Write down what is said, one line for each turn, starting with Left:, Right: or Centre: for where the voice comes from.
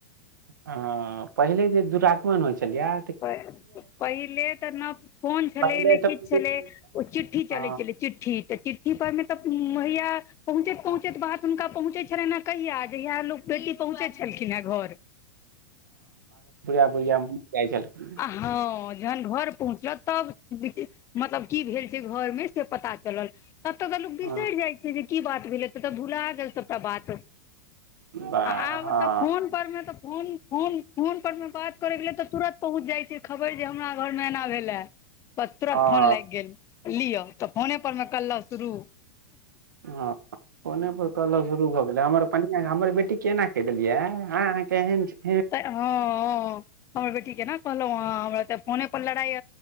Right: ह पहिले जे दुराकमन होइ छलैया
Left: पहिले तऽ न फोन छलै
Right: पहिले
Left: ने किछ
Right: तऽ
Left: छलै ओ चिठ्ठी चलै
Right: हँ
Left: छलै चिठ्ठी तऽ चिठ्ठी पढ़मे तऽ महिया पहुँचैत-पहुँचैत बात हुनका पहुँचैत छलनि, कहिया जेहिया लोक बेटी पहुँचैइ छलखिन हे घर
Right: <unintelligible> जाय छलखीन।
Left: आ हँ जहन घर पहुँचत तब <unintelligible> मतलब की भेल छै घर मे से पता चलल तब तऽ लोक बिसरि
Right: हँ
Left: जाइ छै जे की बात भेलै त तऽ भुला गेल सबटा बात
Right: वाह
Left: आ आब
Right: हँ
Left: तऽ फोन पर मे तऽ फो फोन फोन पर मे बात करैके लेल तऽ तुरंत जाइत छै खबर जे हमरा घर मे एना भेलाऽ त तुरत
Right: हँ
Left: फोन लागि गेल। लिअ तऽ फोने पऽर मे कलह शुरू
Right: ह फोने पर कलह शुरू भऽ गेलै हमर कनिआँ हमर बेटीे के एना कहि देलियै हां आहाँ केहन छी
Left: हां हां। हमर बेटी के न कहलौं ह हमरा तऽ फोने पर लड़ाइ